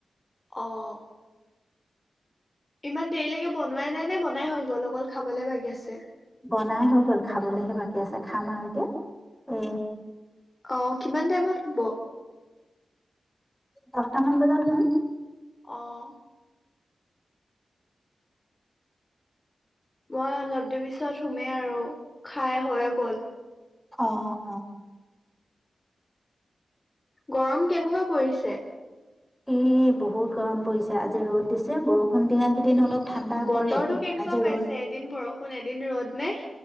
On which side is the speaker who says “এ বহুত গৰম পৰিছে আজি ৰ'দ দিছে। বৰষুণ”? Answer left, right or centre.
Centre